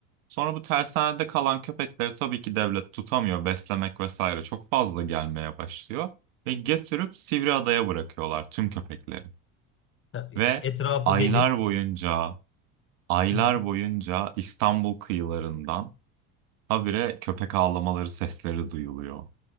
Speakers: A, on the right; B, on the left.
A: Sonra bu tersanede kalan köpekleri tabii ki devlet tutamıyor beslemek vesaire çok fazla gelmeye başlıyor ve getirip Sivriada'ya bırakıyorlar tüm köpekleri
B: Ha,
A: ve
B: etrafı
A: aylar
B: deniz.
A: boyunca aylar
B: Hı hı.
A: boyunca İstanbul kıyılarından Habire köpek ağlamaları sesleri duyuluyor.